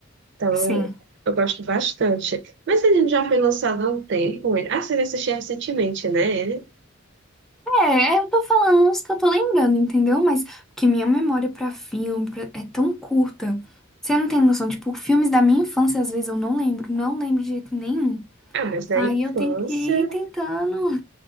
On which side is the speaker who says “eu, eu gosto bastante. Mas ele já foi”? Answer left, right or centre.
Right